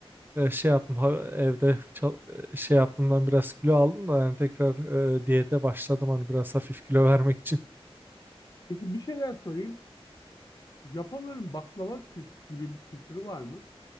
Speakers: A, on the right; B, on the left.
A: e, şey yaptım ha- evde çal- e, şey yaptığımdan biraz kilo aldım da yani tekrar e, diyete başladım hani biraz hafif kilo vermek için.
B: Peki bir şeyler sorayım. Japonların baklava kült gibi bir kültürü var mı?